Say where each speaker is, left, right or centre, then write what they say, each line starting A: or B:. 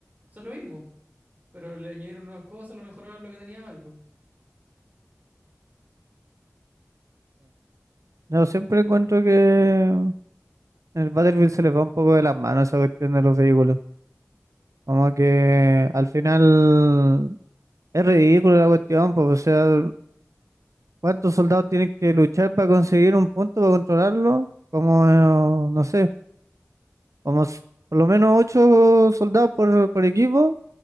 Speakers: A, on the right; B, on the right.
A: son lo mismo, pero le añadieron nuevas cosas, lo mejoraron lo que tenía mal, pues
B: Yo siempre encuentro que en el Battlefield se les va un poco de las manos esa cuestión de los vehículos. Como que al final es ridículo la cuestión, pues, o sea, ¿cuántos soldados tienen que luchar para conseguir un punto, para controlarlo? Como, eh, no sé, como s- por lo menos ocho soldados por, por equipo.